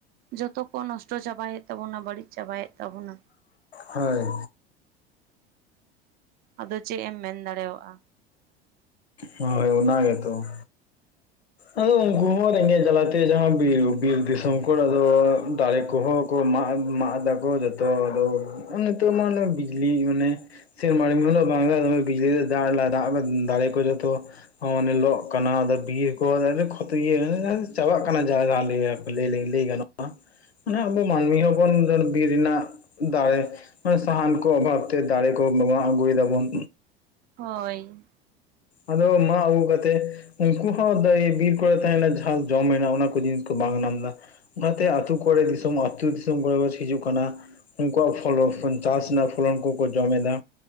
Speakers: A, on the right; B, on the left.
A: ᱡᱚᱛᱚ ᱠᱚ ᱱᱚᱥᱴᱚ ᱪᱟᱵᱟᱭᱮᱫ ᱛᱟᱵᱚᱱᱟ ᱵᱟᱲᱤᱡ ᱪᱟᱵᱟᱭᱮᱫ ᱛᱟᱵᱚᱱᱟ
B: ᱦᱳᱭ
A: ᱟᱫᱚ ᱪᱮᱫ ᱮᱢ ᱢᱮᱱ ᱫᱟᱲᱮᱭᱟᱜ-ᱟ
B: ᱦᱳᱭ ᱚᱱᱟ ᱜᱮ ᱛᱚ ᱟᱫᱚ ᱩᱱᱠᱩ ᱦᱚ ᱨᱮᱸᱜᱮᱡ ᱡᱟᱞᱟᱛᱮ ᱡᱟᱦᱟᱸ ᱵᱤᱨ ᱵᱤᱨ ᱫᱤᱥᱚᱢ ᱠᱚᱨᱮ ᱟᱫᱚ ᱫᱟᱨᱮ ᱠᱚᱦᱚᱸ ᱠᱚ ᱢᱟᱜ ᱢᱟᱜ ᱮᱫᱟᱠᱚ ᱡᱚᱛᱚ ᱛᱚ ᱟᱫᱚ ᱛᱚ <unintelligible> ᱵᱤᱡᱽᱞᱤ ᱢᱟᱱᱮ ᱥᱮᱨᱢᱟ <unintelligible> ᱵᱟᱝᱞᱟ ᱫᱚᱢᱮ ᱵᱤᱡᱽᱞᱤ ᱨᱮ ᱫᱟᱲ ᱫᱟᱜ ᱫᱟᱲᱮ ᱠᱚ ᱡᱚᱛᱚ ᱚᱱᱦᱤᱞᱚᱜ ᱠᱟᱱᱟ ᱟᱫᱚ ᱵᱤᱨ ᱠᱚᱨᱮ ᱠᱷᱚᱛᱤ <inaudible> ᱪᱟᱵᱟᱜ ᱠᱟᱱᱟ ᱡᱟᱹᱭ ᱞᱟᱹᱭ ᱜᱟᱱᱚᱜ-ᱟ ᱢᱟᱱᱮ ᱟᱵᱚ ᱢᱟᱹᱱᱢᱤ ᱦᱚᱵᱚᱱ ᱵᱤᱨ ᱨᱮᱱᱟᱜ ᱫᱟᱨᱮ ᱢᱟᱱᱮ ᱥᱟᱦᱟᱱ ᱠᱚ ᱚᱵᱷᱟᱵᱛᱮ ᱫᱟᱨᱮ ᱠᱚ ᱢᱟᱜ ᱟᱹᱜᱩᱭ ᱫᱟᱵᱚᱱ
A: ᱦᱳᱭ
B: ᱟᱫᱚ ᱢᱟᱜ ᱟᱜᱩ ᱠᱟᱛᱮ ᱩᱱᱠᱩ ᱦᱚᱸ ᱫᱚᱭ ᱵᱤᱨ ᱠᱚᱨᱮ ᱛᱟᱦᱮᱱᱟ ᱡᱟᱦᱟᱸ ᱡᱚᱢᱮᱱᱟ ᱚᱱᱟ ᱠᱚ ᱡᱤᱱᱤᱥ ᱠᱚ ᱵᱟᱝ ᱧᱟᱢ ᱫᱟ ᱚᱱᱟᱛᱮ ᱟᱹᱛᱩ ᱠᱚᱨᱮ ᱫᱤᱥᱚᱢ ᱟᱹᱛᱩ ᱫᱤᱥᱚᱢ ᱠᱚᱨᱮ ᱠᱚ ᱦᱤᱡᱩᱜ ᱠᱟᱱᱟ ᱩᱱᱠᱩᱣᱟ ᱪᱟᱥ ᱨᱮᱱᱟᱜ ᱯᱷᱚᱞᱚᱱ ᱠᱚᱠᱚ ᱡᱚᱢ ᱮᱫᱟ᱾